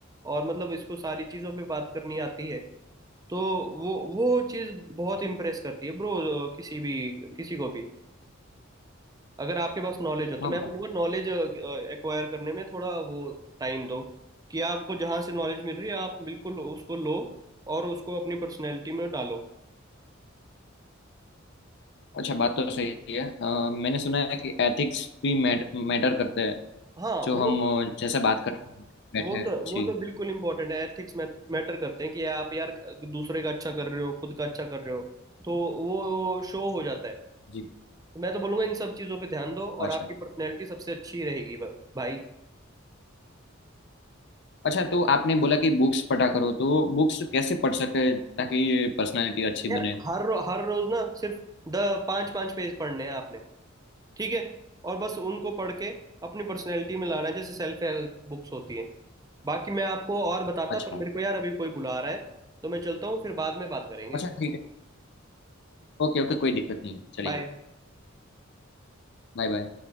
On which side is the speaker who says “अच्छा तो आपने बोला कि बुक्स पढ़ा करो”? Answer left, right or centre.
Left